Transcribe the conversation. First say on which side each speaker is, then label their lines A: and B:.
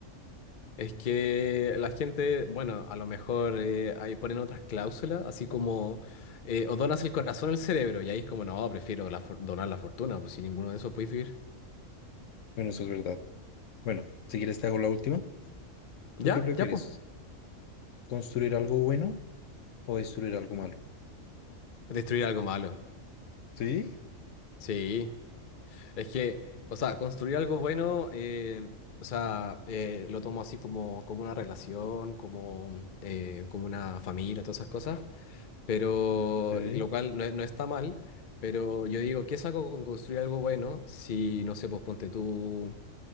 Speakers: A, on the left; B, on the left.
A: Es que la gente, bueno, a lo mejor eh, ahí ponen otras cláusulas, así como eh, o donas el corazón o el cerebro, y ahí es como, no, prefiero la for- donar la fortuna, pues sin ninguno de esos puedes vivir.
B: Bueno, eso es verdad. Bueno, si quieres te hago la última.
A: Ya,
B: ¿Tú qué prefieres?
A: ya, pues.
B: ¿Construir algo bueno o destruir algo malo?
A: Destruir algo malo.
B: Sí,
A: Sí. Es que, o sea, construir algo bueno, eh, o sea, eh, lo tomo así como, como una relación, como, eh, como una familia, todas esas cosas. Pero,
B: ok,
A: lo cual no, no está mal. Pero yo digo, ¿qué saco con construir algo bueno si, no sé, pues ponte tú,